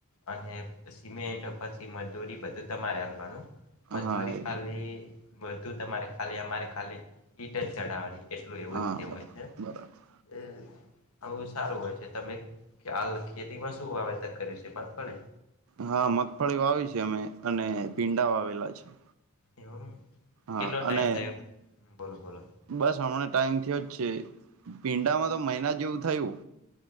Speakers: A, on the left; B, on the right.
A: અને સિમેન્ટ પછી, મજૂરી બધું તમારે. મજદૂરી
B: હા એ
A: ખાલી. બધું તમારે ખાલી, અમારે ખાલી હીટ જ ચઢાવવાની, એટલું એવું
B: હા
A: રીતે
B: બરાબર
A: હોય છે.
B: બરાબર
A: હમ. આવું સારું હોય છે, તમે હાલ ખેતીમાં શું વાવેતર કર્યું છે? બાત પડે.
B: હા, મગફળી વાવી છે અમે, અને ભીડા વાવેલા છે.
A: એવું,
B: હા
A: કેટલો ટાઈમ
B: અને
A: થયો? બોલો બોલો.
B: બસ હમણાં ટાઈમ થયો જ છે, ભીડામાં તો મહિના જેવું થયું.